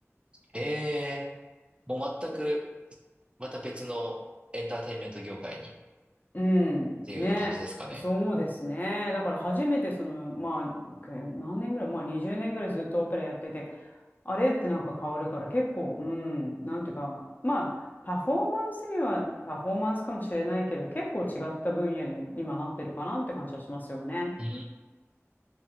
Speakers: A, on the right; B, on the left.
A: ええーもう全く、また別のエンターテインメント業界にっ
B: うん、
A: ていうような感じですかね。
B: ね、そうですね。だから初めてその、まあ、け何年ぐらい、まあ20年ぐらいずっとオペラやってて、あれってなんか変わるから結構、うん、なんていうか、まあ、パフォーマンスにはパフォーマンスかもしれないけど、結構違った分野に今なってるかなって感じはしますよね。
A: うーん